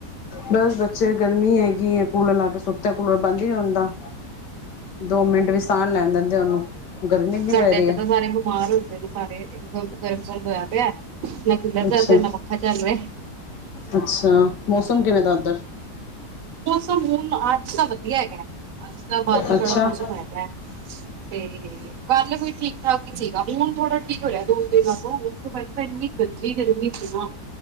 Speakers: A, on the left (about 85°); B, on the right (about 65°).
A: ਬਸ ਬੱਚੇ ਗਰਮੀ ਹੈਗੀ ਕਿ ਕੂਲਰ ਲਾਗੇ ਸੁੱਤੇ ਕੂਲਰ ਬੰਦ ਹੀ ਰਿੰਦਾ ਦੋ ਮਿੰਟ ਵਿੱਚ ਲੈਣ ਦਿੰਦੇ ਉਹਨੂੰ ਗਰਮੀ ਨਹੀਂ
B: ਸਾਡੇ
A: ਪੈ ਰਹੀ
B: ਚ
A: ਹੈ
B: ਤਾਂ ਸਾਰੇ ਬਿਮਾਰ ਹੋ ਪਏ ਨੇ ਸਾਰੇ ਗ ਗਰਮ ਚਰ ਹੋਇਆ ਪਿਆ ਨਾ ਪੀਲਾਾ ਚੱਲ
A: ਅੱਛਾ
B: ਰਿਹਾ ਨਾ ਪੱਖਾ ਚੱਲ ਰਿਹਾ
A: ਅੱਛਾ ਮੌਸਮ ਕਿਵੇਂ ਦਾ ਉੱਧਰ
B: ਹੁਣ ਅੱਜ ਤਾਂ ਵਧੀਆ ਹੈਗਾ ਅੱਜ ਤਾਂ ਬਾਰਿਸ਼
A: ਅੱਛਾ
B: ਵਾਲਾ ਮੌਸਮ ਹੈਗਾ ਹੈ ਤੇ ਗੱਲ ਵੀ ਠੀਕ ਠਾਕ ਥੋੜਾ ਠੀਕ ਹੋ ਰਿਹਾ ਦੋ ਦਿਨਾਂ ਤੋਂ ਉਸ ਤੋਂ ਪਹਿਲ ਤਾਂ ਇੰਨੀ ਗਦੀ ਗਰਮੀ ਸੀ ਨਾ